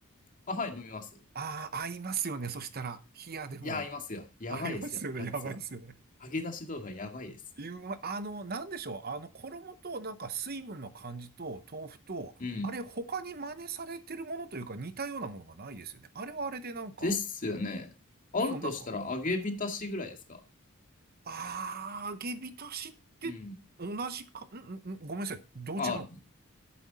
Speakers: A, on the left; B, on the right.
A: あ、はい、飲みます。
B: ああー、合いますよね。そしたら、冷やでも、
A: いや、いますよ。やばいですよ、
B: 合いますよね。
A: やつは。
B: やばいっすよね。
A: 揚げ出し豆腐はやばいです。
B: いうまい、あの、なんでしょう。あの、衣と、なんか水分の感じと、豆腐と、
A: うん。
B: あれ、他に真似されてるものというか、似たようなものがないですよね。あれはあれで、なんか、
A: ですよね。あるとしたら揚げ浸しぐらいですか
B: そう、なんか、あー、揚げ浸しって同じか、
A: うん。
B: ん、ん、んごめんなさい。どう違うの
A: あ、